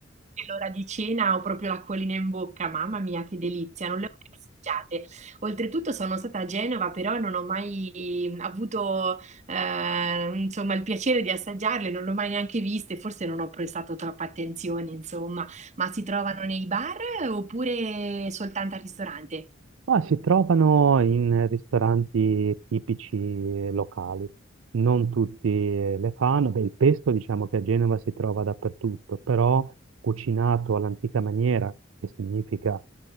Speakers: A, on the right; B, on the right.
A: che è l'ora di cena ho proprio l'acquolina in bocca, mamma mia che delizia, non le ho mai assaggiate. Oltretutto sono stata a Genova, però non ho mai avuto eh, insomma, il piacere di assaggiarle, non le ho mai neanche viste, forse non ho prestato troppa attenzione, insomma, ma si trovano nei bar oppure soltanto al ristorante?
B: Ma si trovano in ristoranti tipici locali. non tutti le fanno. Beh, il pesto diciamo che a Genova si trova dappertutto, però cucinato all'antica maniera, che significa